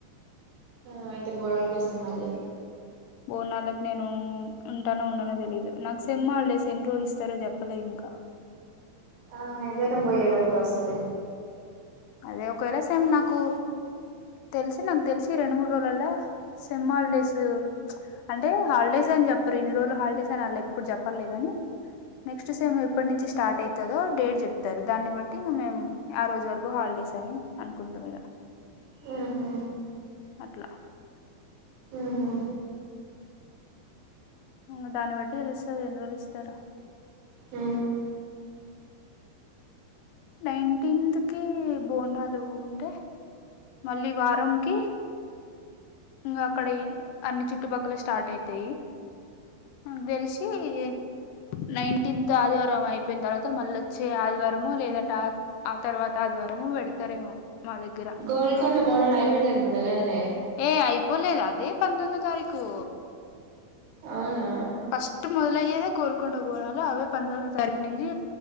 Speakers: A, on the right (about 75°); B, on the left (about 85°).
A: ఆ అయితే బోనాలు కోసం మళ్ళీ
B: బోనాలకి నేను ఉంటానో ఉండనో తెలియదు నాకు సేమ్ హాలిడేస్ ఎన్ని రోజులిస్తారో చెప్పలే ఇంకా
A: ఆ ఏదైనా పోయ్యే లోపల వస్తాలే
B: అదే ఒకవేళ సేమ్ నాకు తెలిసి నాకు తెలిసి రెండు మూడు రోజులల్లా సెమ్ హాలిడేస్ అంటే హాలిడేస్ అని చెప్పరు ఇన్ని రోజులు హాలిడేస్ అని అన్లె ఇప్పుడు చెప్పర్లే గాని నెక్స్ట్ సేమ్. ఎప్పటినుంచి నుంచి స్టార్ట్ అయితదో డేట్ చెప్తారు దాన్ని బట్టి మేము ఆ రోజు వరకు. హాలిడేస్ అని అనుకుంటాం ఇగా.
A: ఉహు
B: అట్లా.
A: ఉహు.
B: ఇంకా దాన్ని బట్టి తెలుస్తది ఎన్ని రోజులు ఇస్తారో.
A: ఊ.
B: నైన్టీన్త్ కి బోనాలు ఉంటే. మళ్ళీ వారంకి. ఇంకా అక్కడ అన్ని చుట్టుపక్కల స్టార్ట్ అయితాయి నాకు తెలిసి. ఈ. నైన్టీన్త్ ఆదివారం అయిపోయిన తర్వాత మళ్ళ వచ్చే ఆదివారంము లేదంటే. ఆ తర్వాత ఆదివారంము పెడతారేమో మా దగ్గర.
A: గోల్కొండ బోనాలు అయిపోయినాయి అనుకుంటా కదా నే.
B: ఏ అయిపోలేదు అదే పంతొమ్మిది తారీకు.
A: అవునా.
B: ఫస్ట్ మొదలయ్యేది గోల్కొండ బోనాలు అవే పందొమ్మిది తారీఖ నుంచి.